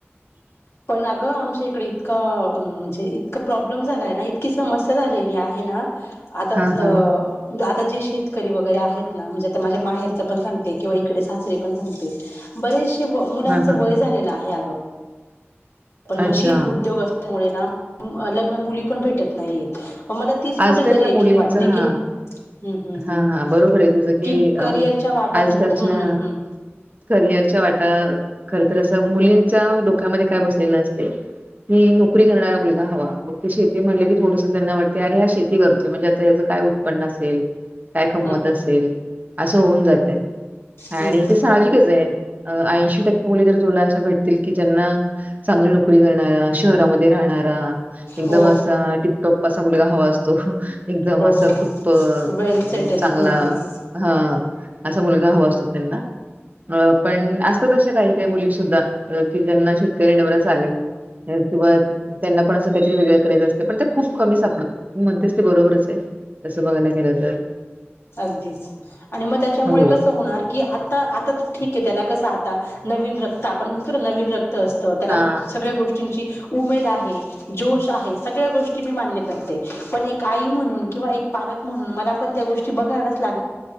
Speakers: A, on the left; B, on the right.
A: पण अगं आमच्या इकडे इतकं अ म्हणजे इतका प्रॉब्लेम झालाय ना इतकी समस्या झालेली आहे. ना आता
B: हा हा
A: अ आता.. जे शेतकरी वगैरे आहेत ना म्हणजे आता माझ्या माहेरच पण सांगते किंवा इकडे सासरी पण सांगते बरेच... मुलांचं
B: हा हा
A: वय
B: हा
A: झालेलं आहे आग.. पण मशीन
B: अच्छा
A: उद्योग असल्यामुळे ना लग्नात मुली पण भेटत नाहीयेत. मग मला तीच कुठेतरी
B: आजकाल ना
A: एक
B: मुलींच
A: हे वाटते
B: हा
A: कि... हम् हम्म
B: हा
A: हम्
B: हा बरोबर आहे तुझं
A: की
B: अ,
A: करिअरच्या वाटत
B: आजकालच्या
A: हम् हम् हम्म.
B: करिअरच्या वाटा.. खर तरर असं मुलींच्या डोक्यामध्ये काय बसलेलं असते की नोकरी करणारा मुलगा हवा. मग ते शेती म्हणले की थोडसं त्यांना वाटते अरे हा शेती करतोय म्हणजे आता याचं काय उत्पन्न असेल. काय कमत
A: हम्म
B: असेल असं होऊन जाते आणि
A: हम्म
B: ते सांजिकच हे. ऐंशी टक्के मुली तर तुला अशा भेटतील की ज्यांना चांगली नोकरी करणारा शहरामध्ये राहणारा.. एकदम
A: हो
B: असा टिपटॉप असा मुलगा हवा असतो एकदम
A: हो
B: असा
A: हो
B: खूप..
A: वेल सेटल
B: चांगला
A: हम्म हम्म
B: हा असा मुलगा हवा असतो त्यांना. अ पण असं तश काही काही मुली सुुद्धा की ज्यांना शेतकरी नवरच चालेल. किंवा त्यांना पण असं काहीतरी वेगळं करायचं असतं पण ते खूप कमी सापडत म्हणतेस ते बरोबरच आहे तसं बघायला गेलं तर..
A: अगदीच आणि मग त्याच्यामुळे
B: हो.
A: कस होणार की आता आता ठीक आहे त्याला कस.. ता नवीन रक्त आपण म्हण नवीन रक्त त्याला
B: हा.
A: सगळ्या गोष्टींची उमेद आहे जोश आहे सगळ्या गोष्टी मी मान्य करते पण एक आई म्हणून किंवा एक पालक ण मण गो ब ला